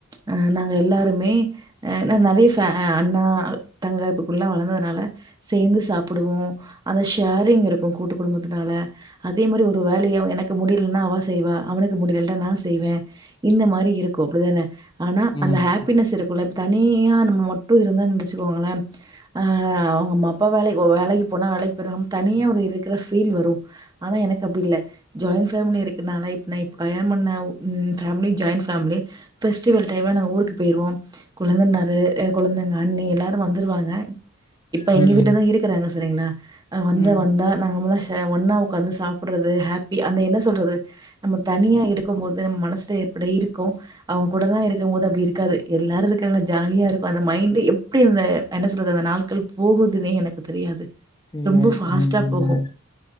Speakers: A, on the right; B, on the left.
A: அ நாங்க எல்லாருமே அ நா நறைய ஃபே அண்ணா தங்க இப்பகுள்ளல்லா வளந்ததுனால சேந்து சாப்புடுவோ அந்த ஷேரிங் இருக்கூ கூட்டு குடும்பத்துனால அதே மாரி ஒரு வேலய எனக்கு முடியிலன்னா அவா செய்வா அவனுக்கு முடியிலலா நா செய்வே இந்த மாரி இருக்கூ அப்டிதான ஆனா
B: ம்
A: அந்த
B: ம்
A: ஹேப்பினஸ் இருக்கூல்ல தனியா நம்ம மட்டு இருந்தன் வச்சுக்கோங்கள அ அம்மா அப்பா வேலைக்கோ வேலைக்கு போனா வேலைக்கு போயிடுவாங்க தனியா ஒரு இருக்கிற ஃபீல் வரு ஆனா எனக்கு அப்டி இல்ல ஜாயின் ஃபேம்லி இருக்குனால இப் நா இப் கல்யாணம் பண்ண ம் ஃபேமாலி ஜாயி்ன் ஃபேம்லி ஃபெஸ்டிவல் டைம்ல நாங்க ஊருக்கு பேயிருவோ கொழுந்தன்னாரு அ கொழந்தங்க அண்ணி எல்லாரு வந்துருவாங்க இப்ப
B: ம்
A: எங்க வீட்டுலதா இருக்குறாங்க சரிங்ளா ஆ வந்து
B: ம்
A: வந்தா நாங்க முடின்ஞ் ச ஒன்னா உக்காந்து சாப்புட்றது ஹேப்பி அந்த என்ன சொல்றது நம்ம தனியா இருக்கும் போது நம் மனசுல ஏற்பட இருக்கோ அவங் கூட தா இருக்கம் போது அப்டி இருக்காது எல்லாரு இருக்காங்க ஜாலியா இருப்பே அந்த மைண்டே எப்டி அந்த என்ன சொல்றது அந்த நாள்கள் போகுதுன்னே எனக்கு தெரியாது
B: தெரியாது
A: ரொம்ப ஃபாஸ்ட்டா
B: ம் ம்
A: போகும்.
B: ம்